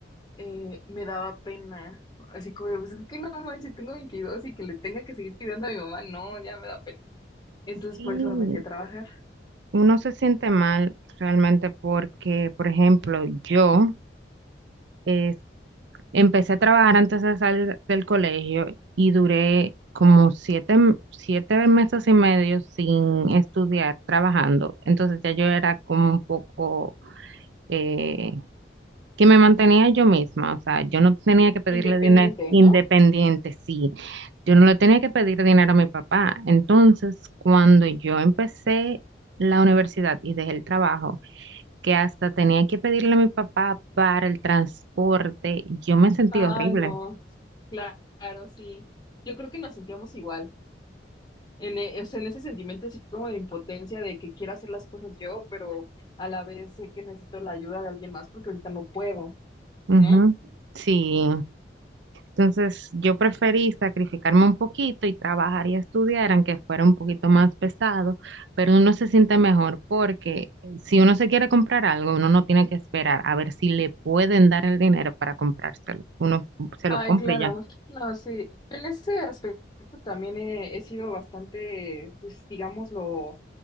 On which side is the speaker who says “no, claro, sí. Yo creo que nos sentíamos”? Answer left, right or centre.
Left